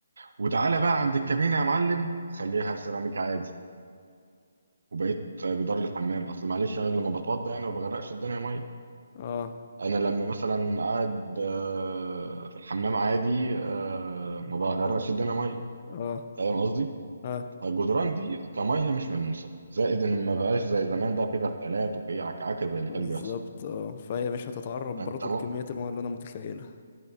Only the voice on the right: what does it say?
وتعالى بقى عند الكابينه يا معلم خليها سيراميك عادي وبقيت جدار الحمام اصل معلش انا لما بتوضى يعني ما بغرقش الدنيا ميه
انا لما مثلا قاعد آه، في الحمام عادي آه، ما بغرقش الدنيا ميه
فاهم قصدي
الجدران دي كميه مش ملموسه زائد ان ما بقاش زي زمان بقى في غسالات وفي عكعكه زي اللي
كان بيحصل
فانت م...